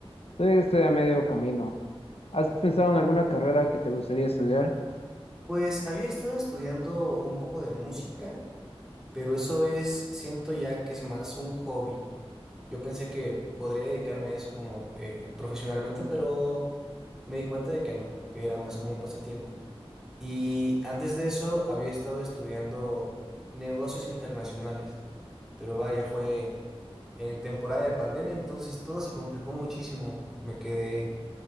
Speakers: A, on the left (about 80°); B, in the centre.
A: todavía estoy a medio camino. ¿Has pensado en alguna carrera que te gustaría estudiar?
B: Pues había estado estudiando un poco de música, pero eso es, siento ya que es más un hobby. Yo pensé que podría dedicarme a eso como eh, profesionalmente, pero me di cuenta de que no, que era más como un pasatiempo. Y antes de eso había estado estudiando negocios internacionales, pero vaya, fue en temporada de pandemia, entonces todo se complicó muchísimo. Me quedé